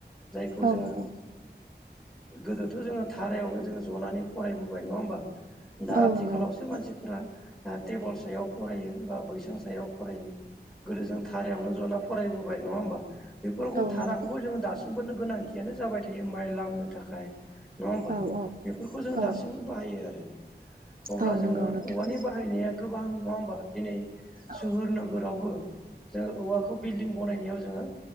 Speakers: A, in the centre; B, on the right.
A: जायखौ
B: औ
A: जोङो
B: नंगौ
A: गोदोथ' जोङो धारायावनो जोङो जनानै फरायबोबाय नङा होमबा दा
B: औ
A: आथिखालावसो
B: नंगौ नोंथां
A: मानसिफोरा टेबोल सायाव फरायो बा बैसां सायाव फरायो गोदो जों धारायावनो जना फरायबोबाय नङा होमबा बेफोर रखम
B: औ
A: धाराखौबो
B: नंगौ
A: जोङो दाससिम नो गोनांथियानो जाबाय थायो माइ लामनो थाखाय नङा होमबा
B: औ औ
A: बेफोरखौ जोङो
B: औ
A: दासिमबो बाहायो आरो अब्ला
B: औ
A: जोङो
B: नंगौ नोंथां
A: औवानि बाहायनाया गोबां नङा होमबा दिनै
B: औ
A: सोहोर नोगोरावबो जोङो औवाखौ बिल्डिं बनायनायाव जोङो